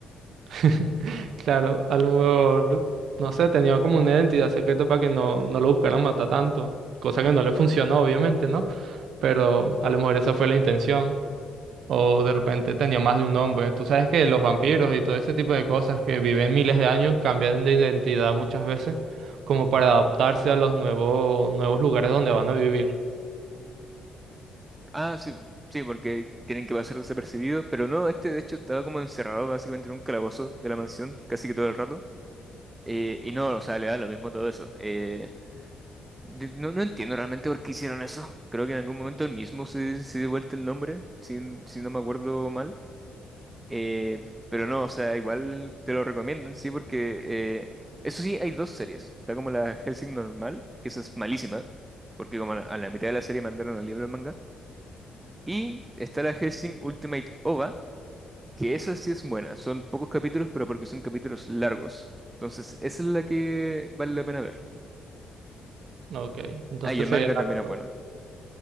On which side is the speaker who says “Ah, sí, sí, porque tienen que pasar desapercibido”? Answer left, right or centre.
Right